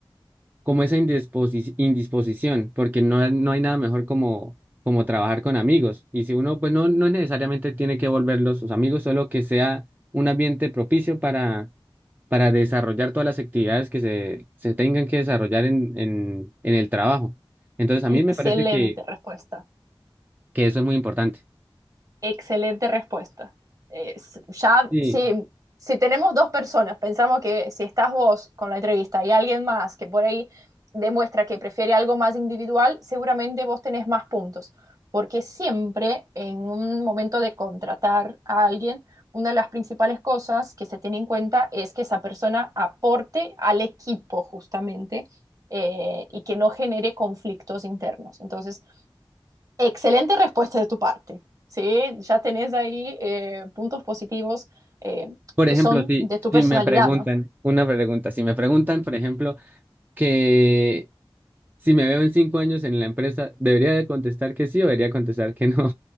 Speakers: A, on the right (about 20°); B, on the right (about 40°).
A: como esa indisposi- indisposición, porque no, no hay nada mejor como, como trabajar con amigos. Y si uno, pues no, no necesariamente tiene que volverlos sus amigos, solo que sea un ambiente propicio para, para desarrollar todas las actividades que se, se tengan que desarrollar en, en, en el trabajo. Entonces, a mí
B: Excelente
A: me parece que,
B: respuesta.
A: que eso es muy importante.
B: Excelente respuesta. Es- ya,
A: Sí,
B: si, si tenemos dos personas, pensamos que si estás vos con la entrevista y alguien más que por ahí demuestra que prefiere algo más individual, seguramente vos tenés más puntos, porque siempre en un momento de contratar a alguien, una de las principales cosas que se tiene en cuenta es que esa persona aporte al equipo justamente eh, y que no genere conflictos internos. Entonces, Excelente respuesta de tu parte, ¿sí? Ya tenés ahí eh, puntos positivos eh,
A: por
B: que
A: ejemplo,
B: son
A: si,
B: de tu personalidad,
A: si me preguntan,
B: ¿no?
A: una pregunta, si me preguntan, por ejemplo, que si me veo en cinco años en la empresa, ¿debería de contestar que sí o debería contestar que no?